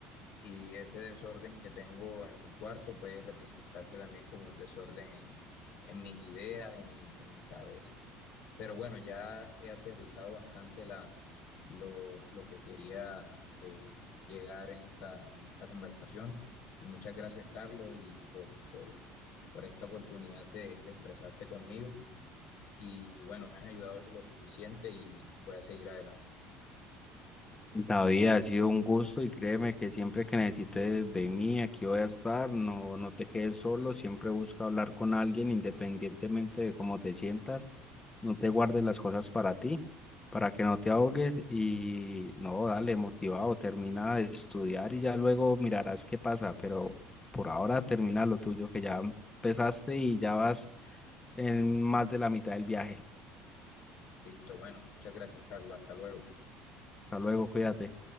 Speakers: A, on the left; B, on the left.
A: Y ese desorden que tengo en mi cuarto puede representarse también como un desorden en, en mis ideas, en mi, en mi cabeza. Pero bueno, ya he aterrizado bastante la, lo, lo que quería eh, llegar en esta, en esta conversación. Y muchas gracias, Carlos, y por, por, por esta oportunidad de, de expresarte conmigo. Y bueno, me has ayudado lo suficiente y voy a seguir adelante.
B: David, ha sido un gusto y créeme que siempre que necesites de mí, aquí voy a estar, no, no te quedes solo, siempre busca hablar con alguien independientemente de cómo te sientas, no te guardes las cosas para ti, para que no te ahogues y no, dale, motivado, termina de estudiar y ya luego mirarás qué pasa, pero por ahora termina lo tuyo que ya empezaste y ya vas en más de la mitad del viaje.
A: Listo, bueno, muchas gracias, Carlos. Hasta luego.
B: Hasta luego, cuídate.